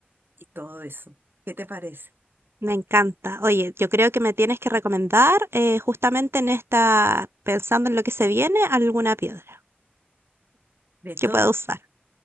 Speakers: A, on the right; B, on the right.
A: y todo eso. ¿Qué te parece?
B: Me encanta. Oye, yo creo que me tienes que recomendar eh, justamente en esta, pensando en lo que se viene, alguna piedra
A: De todas
B: que pueda usar.